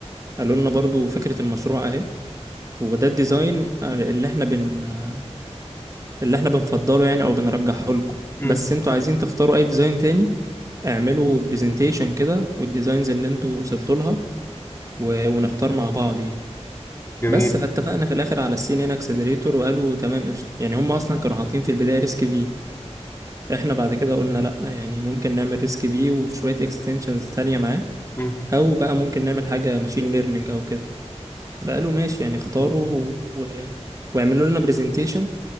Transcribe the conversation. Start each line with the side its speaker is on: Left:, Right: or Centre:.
Right: قالوا لنا برضو فكرة المشروع اهي وده الديزاين آه، اللي احنا بن آه، اللي احنا بنفضله يعني او بنرجحه لكم
Left: مم.
Right: بس انتوا عايزين تختاروا اي ديزاين تاني اعملوا برزنتيشن كده والديزاينز اللي انتوا وصلتوا لها و... ونختار مع بعض يعني
Left: جميل
Right: بس فاتفقنا في الاخر على السي ان ان اكسلريتور وقالوا تمام قشطه يعني هم اصلا كانوا حاطين في البدايه ريسك في احنا بعد كده قلنا لا يعني ممكن نعمل ريسك في وشويه اكستنشنز تانية معاه
Left: مم.
Right: او بقى ممكن نعمل حاجه ماشين ليرنينج او كده فقالوا ماشي يعني اختاروا
Left: مم.
Right: و... واعملوا لنا برزنتيشن